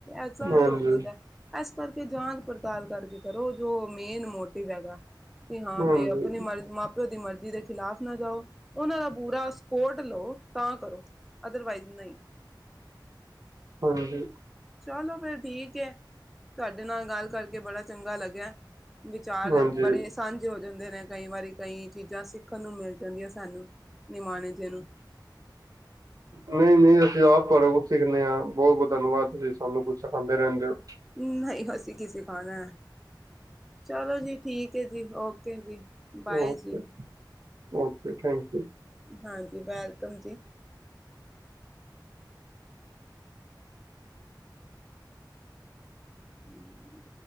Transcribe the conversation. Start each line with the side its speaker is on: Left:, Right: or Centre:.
Centre: ਐਸਾ
Right: ਹਾਂਜੀ,
Centre: ਵੀ ਹੋ ਸਕਦਾ। ਏਸ ਕਰਕੇ ਜਾਂਚ ਪੜਤਾਲ ਕਰਕੇ ਕਰੋ ਜੋ ਮੇਨ ਮੋਟਿਵ ਹੈਗਾ। ਵੀ ਹਾਂ
Right: ਹਾਂਜੀ,
Centre: ਬਈ ਆਪਣੀ ਮਰਜ਼ੀ, ਮਾਂ ਪਿਓ ਦੀ ਮਰਜ਼ੀ ਦੇ ਖਿਲਾਫ਼ ਨਾ ਜਾਓ। ਓਨਾਂ ਦਾ ਪੁਰਾ ਸਪੋਰਟ ਲਓ, ਤਾਂ ਕਰੋ ਅਦਰਵਾਈਜ਼ ਨਈ।
Right: ਹਾਂਜੀ।
Centre: ਚਲੋ ਫਿਰ ਠੀਕ ਐ, ਤੁਹਾਡੇ ਨਾਲ ਗੱਲ ਕਰਕੇ ਬੜਾ ਚੰਗਾ ਲੱਗੇਆ। ਵਿਚਾਰ
Right: ਹਾਂਜੀ
Centre: ਬੜੇ ਸਨ। ਤੇ ਹੋ ਜਾਂਦੇ ਨੇ ਕਈ ਵਾਰੀ ਕਈ ਚੀਜ਼ਾਂ ਸਿੱਖਣ ਨੂੰ ਮਿਲ ਜਾਂਦੀਆਂ ਸਾਨੂੰ ਨਿਮਾਣੇ ਜੇ ਨੂੰ, ਹ <unintelligible>
Right: ਨਹੀਂ -ਨਹੀਂ ਅਸੀਂ ਆਪ ਤੁਹਾਡੇ ਕੋਲ ਸਿੱਖਦੇ ਹਾਂ, ਬੋਤ- ਬੋਤ ਧੰਨਵਾਦ ਤੁਸੀਂ ਸਾਨੂੰ ਕੁਝ ਸਿਖਾਂਦੇ ਰੈਂਦੇ ਹੋ।
Centre: ਨਈ ਅਸੀ ਕੀ ਸਿਖਾਣਾ, ਚਲੋ ਜੀ ਠੀਕ ਐ ਜੀ ਓਕੇ ਜੀ। ਬਾਏ
Right: ਓਕੇ-
Centre: ਜੀ
Right: ਓਕੇ ਥੈਂਕ ਯੂ।
Centre: ਹਾਂਜੀ ਵੈਲਕਮ ਜੀ। ਹਮ